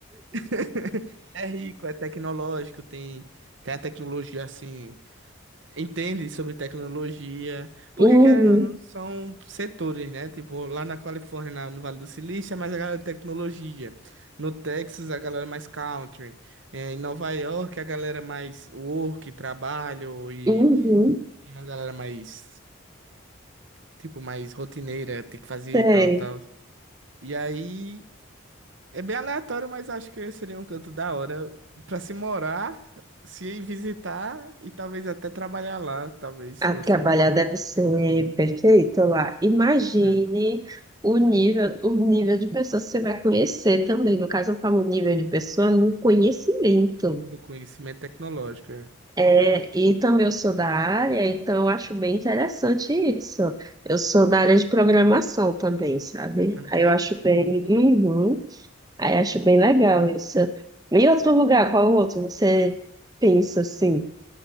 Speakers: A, on the right; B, on the right.
A: <laughs> é rico, é tecnológico, tem, tem a tecnologia assim, entende sobre tecnologia, porque
B: Uhum,
A: querendo ou não, são setores, né? Tipo, lá na Califórnia, na- no Vale do Silício, é mais a galera de tecnologia, no Texas, a galera mais country, É, em Nova York, a galera mais work, trabalho e,
B: uhum,
A: e a galera mais. Tipo, mais rotineira, tem que fazer
B: tem.
A: e tal, tal. E aí é bem aleatório, mas acho que seria um canto da hora para se morar, se ir visitar e talvez até trabalhar lá, talvez
B: A
A: fosse,
B: trabalhar deve ser perfeito lá. Imagine
A: né,
B: o nível, o nível de pessoas que você vai conhecer também. No caso, eu falo nível de pessoa no conhecimento.
A: no conhecimento tecnológico. é.
B: É, e também eu sou da área, então eu acho bem interessante isso. Eu sou da área de programação também, sabe?
A: Também.
B: Aí eu acho bem. Uhum. Aí eu acho bem legal isso. E outro lugar, qual outro? Você pensa assim?